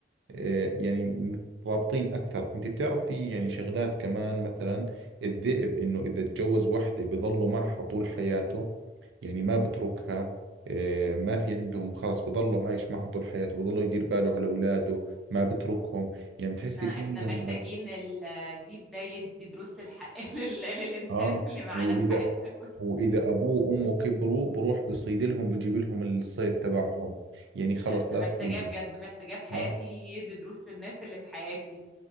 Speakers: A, on the right (about 90°); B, in the centre.
A: آه، يعني مترابطين اكثر انت بتعرف في يعني شغلات كمان مثلا الذئب انه اذا تجوز وحده بظلوا معها طول حياته يعني ما بتركها آه، ما في عندهم خلص بظلوا عايش معها طول حياته بظلوا يدير باله على اولاده ما بتركهم يعني بتحسي
B: احنا
A: في
B: احنا
A: عندهم
B: محتاجين
A: عد...
B: الديب ده يدي دروس للح... <laughs> لل... للإنسان
A: اه
B: اللي معانا
A: واذا
B: في حياتنا كلها
A: واذا ابوه وامه كبروا بروح بصيد لهم بجيب لهم الصيد تبعهم يعني خلص
B: انا
A: لا
B: محتاجاه
A: تصيدوا
B: بجد محتاجاه في حياتي
A: اه
B: يدي دروس للناس اللي في حياتي